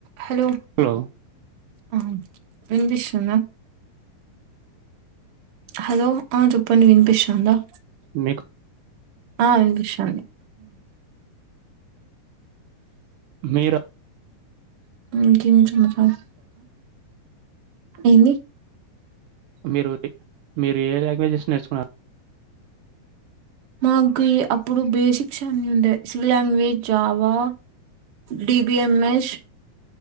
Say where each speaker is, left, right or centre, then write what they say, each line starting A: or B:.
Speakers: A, on the right; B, on the right.
A: Hello
B: hello
A: ఆ వినిపిస్తుందా hello ఆ చెప్పండీ వినిపిస్తుంద
B: మీకు
A: ఆ వినిపిస్తుంది
B: మీరు
A: <inaudible> ఏంది
B: మీరు డి మీరు ఏ ఏ లాంగ్వేజెస్ నేర్చుకున్నారు
A: మాకి అప్పుడు బేసిక్స్ అన్ని ఉంటాయి సివి లాంగ్వేజ్ చావా డిబిఎంఎస్